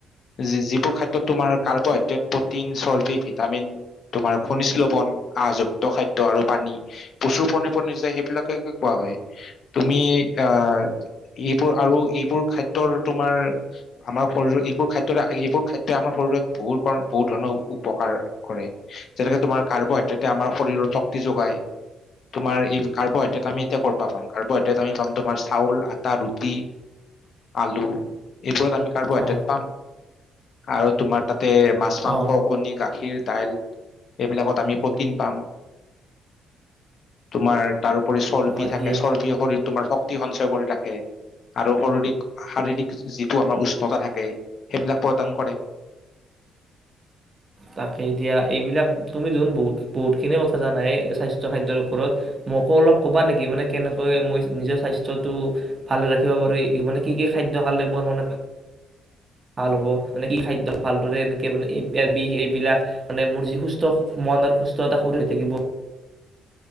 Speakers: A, on the left; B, on the right.
A: যি যিটো খাদ্যত তোমাৰ কাৰ্বহাইড্ৰেট প্ৰটিন চৰ্বি ভিটামিন তোমাৰ খনিজ্ লৱন আহযুক্ত খাদ্য আৰু পানী প্ৰচুৰ পণ নিজে সেইবিলাকে কোৱা হয় তুমি আহ এইবোৰ আৰু এইবোৰ খাদ্যৰ তোমাৰ আমাৰ শৰীৰ এইবোৰ খাদ্যৰ এইবোৰ খাদ্যই আমাৰ শৰীৰত বহু বহু ধৰণৰ উপকাৰ কৰে যেনেকে তোমাৰ কাৰ্বহাইড্ৰেটে আমাৰ শৰীৰৰ শক্তি যোগাই তোমাৰ এই কাৰ্বহাইড্ৰেট আমি এতিয়া কৰ পৰা পাম কাৰ্বহাইড্ৰেেত আমি পাম তোমাৰ চাউল আ ৰুটি আলুএই ৰত আমি কাৰ্বহাইড্ৰেট
B: অ
A: পাম আৰু তোমাৰ ত তে মাছ মাংস
B: অ
A: কণী গাখীৰ দাল এইবিলাকত আমি প্ৰটিন পাম তোমাৰ তা চৰ্বি
B: হয়
A: থাকে
B: দিয়া
A: চৰ্বি শৰীৰ তোমাৰ হক অতি সঞ্চয় কৰি ৰাখ কে আৰু শৰিৰিক শাৰীৰিক যিটো আমাৰ উষ্ণতা থাকে সেইবিলাক প্ৰদান কৰে
B: তাকে এ দিয়া এইবিলাক তুমি জোন বহুত বহুতখিনিয়ে কথা জানাই এ এ স্বাস্থ্য খাদ্যৰ ওপৰত মোকো অলপ কবা নেকি মানে কেনেকৈ মই নিজে স্বাস্থ্যটো ভালে ৰাখিব পাৰো মানে কি কি খাদ্য খালে বল মানে ভাল হ'ব মানে কি খাদ্য ভালদৰে এনেকে মানে এই এ বিষ এইবিলাক মানে মোৰ যি সুস্থ মনৰ সুস্থ এটা শৰীৰ থাকিব